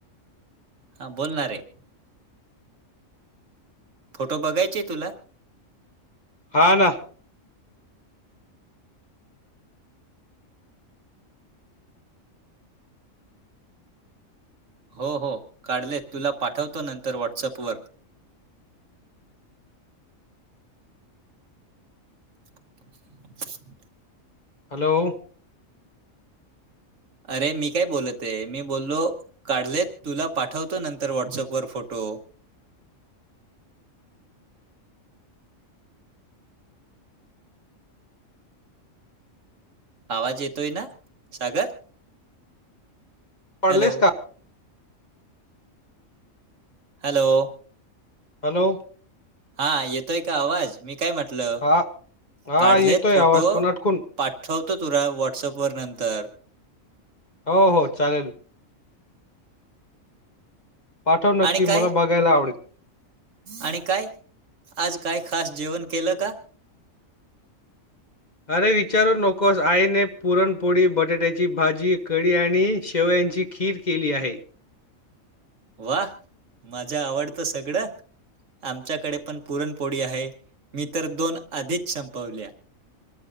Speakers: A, on the right; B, on the left.
A: हं बोलणा रे. फोटो बघायचेय तुला?
B: हा ना.
A: हो हो काढलेत, तुला पाठवतो नंतर व्हॉट्सअप वर. <inaudible>
B: हॅलो!
A: अरे मी काय बोलतहे, मी बोललो काढलेत, तुला पाठवतो नंतर व्हॉट्सअपवर फोटो. आवाज येतोय ना, सागर.
B: पाडलेस
A: हॅलो
B: का
A: हॅलो
B: हॅलो
A: हा येतोय का आवाज मी काय म्हटल
B: हा हा
A: काढलेत
B: येतोय
A: फोटो.
B: आवाज पण अटकून
A: पाठवतो तुरा व्हॉट्सअप वर नंतर.
B: हो हो चालेल. पाठव नक्की
A: आणि
B: मला
A: काय
B: बघायला आवडेल.
A: आणि काय आज काय खास जेवण केल का?
B: अरे विचारू नकोस आईने पुरणपोळी बटाट्या ची भाजी कडी आणि शेवयांची खीर केली आहे.
A: वा माझ्या आवडत सगळ. आमच्याकडे पण पुरणपोळी आहे मी तर दोन आधीच संपवल्या.